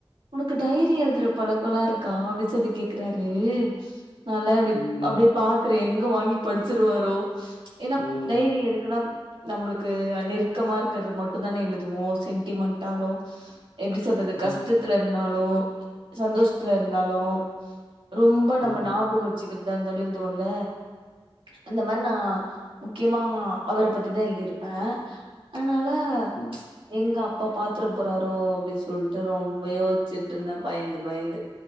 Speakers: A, on the right; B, on the left.
A: உனக்கு டைரி எழுதுற பழக்கலா இருக்கா அப்டி சொல்லி கேக்குறாரு நல்லா இப்டி
B: ம்
A: அப்டி பாக்குறேன் வாங்கி படிச்சுருவாரோ ஏன்னா
B: ம்
A: டைரி எதுக்குலாம் நம்மளுக்கு நெருக்கமா இருக்கிறது மட்டும் தானே எழுதுவோம் சென்டிமெண்டாலும் எப்டி சொல்றது கஷ்டத்துல
B: ம்
A: இருந்தாலோ சந்தோஷத்துல இருந்தாலும் ரொம்ப நம்ம
B: ம்
A: ஞாபகம் வச்சுக்கு தான் தொழில் தூரல அந்த மாதிரி நான் முக்கியமா அவர பத்திதான் எழுதிருப்பேன் அதனால
B: ம்
A: எங்க அப்பா பாத்திர போறாரோ அப்படி சொல்லிட்டு ரொம்ப யோசிச்சுட்டு இருந்தேன் பயந்து பயந்து